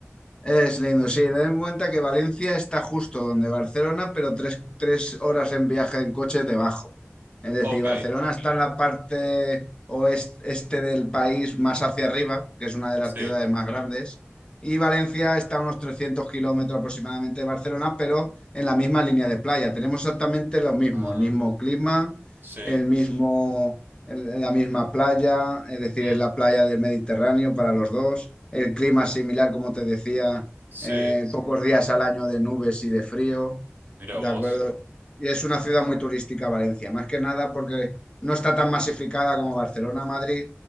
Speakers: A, on the left; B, on the right.
A: Es lindo, sí, ten en cuenta que Valencia está justo donde Barcelona, pero tres, tres horas en viaje en coche debajo. Es decir,
B: Ok,
A: Barcelona está en la parte oeste este del país más hacia arriba, que es una de las
B: sí.
A: ciudades más grandes, y Valencia está a unos 300 kilómetros aproximadamente de Barcelona, pero en la misma línea de playa. Tenemos exactamente lo mismo,
B: Ah,
A: el mismo clima,
B: sí.
A: el mismo el- la misma playa, es decir,
B: Mm,
A: es la playa del Mediterráneo para los dos. El clima es similar, como te decía,
B: sí.
A: eh, pocos días al año de nubes y de frío,
B: Mira
A: ¿de
B: vos.
A: acuerdo? Y es una ciudad muy turística, Valencia, más que nada porque no está tan masificada como Barcelona, Madrid,